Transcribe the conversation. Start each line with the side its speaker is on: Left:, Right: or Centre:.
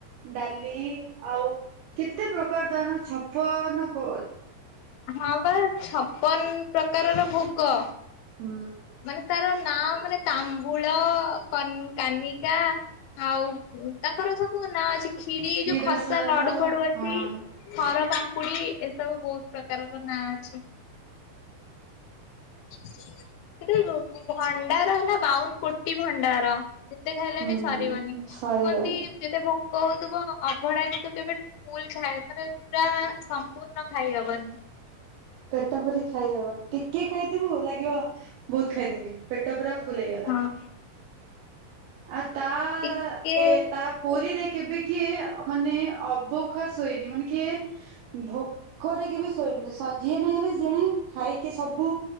Right: ଡାଲି ଆଉ କେତେ ପ୍ରକାର ତାନ ଛପନ କୋ
Left: ହଁ ପା ଛପନ୍ ପ୍ରକାରର ଭୋଗ
Right: ହୁଁ
Left: ମାନେ ତାର ନାଁ ମାନେ ତାମ୍ବୁଳ କନ୍-କାନିକା ଆଉ ତାଙ୍କର ସବୁ ନାଁ ଅଛି ଖିରି
Right: କ୍ଷୀରସର
Left: ଏଇ ଯୋଉ ଖସା ଲଡୁ ଫଡୁ ଅଛି
Right: ହଁ।
Left: ଛାର ପାମ୍ପୁଡି ଏସବୁ ବୋହୁତ ପ୍ରକାରର ନାଁ ଅଛି। କିନ୍ତୁ ଏଇ ବୁ- ବୁ-ଭଣ୍ଡାର ହେଲା ବାଉନ କୋଟି ଭଣ୍ଡାର। ଯେତେ ଖାଇଲେ
Right: ହୁଁ
Left: ବି ସରିବନି,
Right: ସରିବନି
Left: କୁହନ୍ତି ଯେତେ ଭ କୋହୁଥିବ ଅଭଡା କିନ୍ତୁ କେବେ ଫୁଲ ଖାଇ-ମାନେ ପୁରା ସମ୍ପୂର୍ଣ ଖାଇହବନି। <inaudible>
Right: ପେଟ ପୁରେଇ ଖାଇହବନି ଟିକେ ଖାଇଥିବୁ ଲାଗିବ ବୋହୁତ ଖାଇଦେଲି ପେଟ ପୁର ଫୁଲିଗଲା।
Left: ହଁ।
Right: ଆଉ ତା-ଏ-ତା-ପୁରୀରେ
Left: ଟିକେ
Right: କେବେ କିଏ ମାନେ ଅଭୋକା ଶୋଇନି ମାନେ କିଏ ଭୋକରେ କେବେ ଶୋଇ ସ-ଯିଏ ନହେଲେ ଜଣେ ଖାଇକି ସବୁ